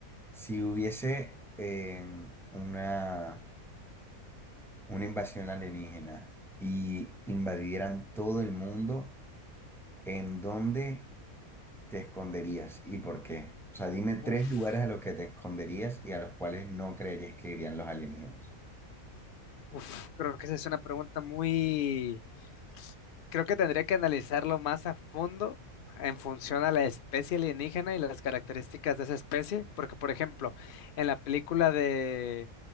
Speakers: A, in the centre; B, on the left.
A: Si hubiese eh, una, una invasión alienígena y invadieran todo el mundo, ¿en dónde te esconderías y por qué? O sea, dime tres
B: Uf.
A: lugares a los que te esconderías y a los cuales no creerías que irían los alienígenas.
B: Uf, creo que esa es una pregunta muy, Creo que tendría que analizarlo más a fondo en función a la especie alienígena y las características de esa especie, porque por ejemplo, en la película de